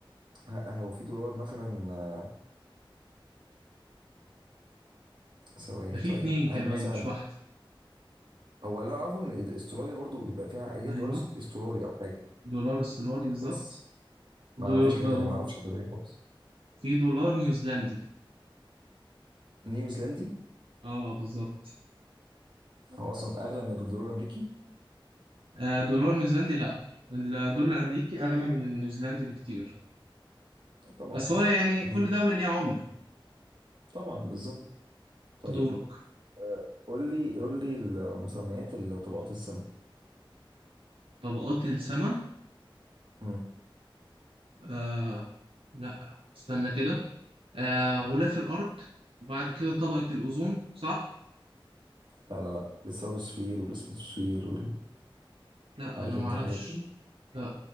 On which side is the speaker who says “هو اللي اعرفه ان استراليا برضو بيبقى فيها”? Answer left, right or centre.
Right